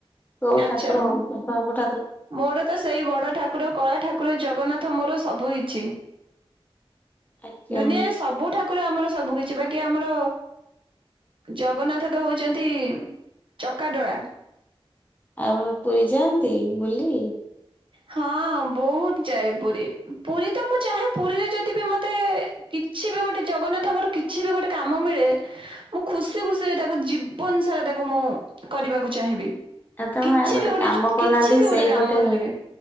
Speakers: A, on the left; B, on the right.
A: କୋଉ
B: ଆଚ୍ଛା
A: ଠାକୁର ହୁଅୁ ଆପଣ ଗୋଟେ
B: ମୋର ତ ସେଇ ବଡ ଠାକୁର କଳା ଠାକୁର ଜଗନ୍ନାଥ ମୋର ସବୁ କିଛି
A: ଆଜ୍ଞା।
B: ଦୁନିଆରେ ସବୁ ଠାକୁର ଆମର ସବୁ କିଛି ବାକି ଆମର ଜଗନ୍ନାଥ ତ ହଉଛନ୍ତି ଚକାଡୋଳା।
A: ଆଉ ପୁରୀ ଯାଆନ୍ତି ବୁଲି?
B: ହଁ ବହୁତ ଯାଏ ପୁରୀ। ପୁରୀ ତ ମୁଁ ଚାହେ ପୁରୀରେ ଯଦି ବି ମତେ କିଛି ବି ଗୋଟେ ଜଗନ୍ନାଥଙ୍କର କିଛି ବି ଗୋଟେ କାମ ମିଳେ ମୁଁ ଖୁସି ଖୁସିରେ ତାକୁ ଜୀବନ ସାରା ତାକୁ ମୁଁ କରିବାକୁ ଚାହିଁବି।
A: ଆଉ ତମେ
B: କିଛି
A: ଆଉ
B: ବି ଗୋଟେ
A: କାମ କରୁନାହାନ୍ତି
B: କିଛି ବି
A: ସେଇପଟେ
B: ଗୋଟେ କାମ ହେଲେ ବି